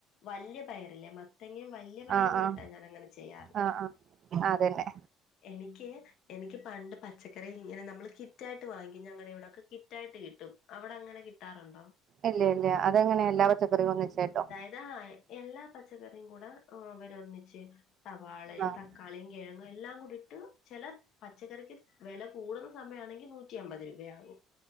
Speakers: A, on the left; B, on the right.
A: വല്ല്യേ പയറില്ലേ മത്തങ്ങയും വല്ലിയ വലിയ പയറും
B: ആഹ്
A: കൂടി
B: ആഹ്
A: ഇട്ടാ ഞാൻ അങ്ങനെ ചെയ്യാറ്
B: ആഹ് ആഹ് അതന്നെ
A: എനിക്ക് എനിക്ക് പണ്ട് പച്ചക്കറി ഇങ്ങനെ നമ്മള് കിറ്റായിട്ട് വാങ്ങിക്കും ഞങ്ങടെ ഇവിടൊക്കെ കിറ്റായിട്ട് കിട്ട് ട്ടും അവിടെ അങ്ങനെ കിട്ടാറുണ്ടോ
B: ഇല്ല ഇല്ല അതെങ്ങനെ എല്ലാ പച്ചക്കറികളും ഒന്നിച്ചായിട്ടോ
A: ആഹ് എല്ലാ പച്ചക്കറിയും കൂടെ ആവരൊന്നിച്ച് സവാളയും
B: ആഹ്
A: തക്കാളിയും കിഴങ്ങും എല്ലാം കൂടിട്ട് ചെല പച്ചക്കറിക്ക് വില കൂടുന്ന സമയാണെങ്കിൽ നൂറ്റി അമ്പത് രൂപയാകും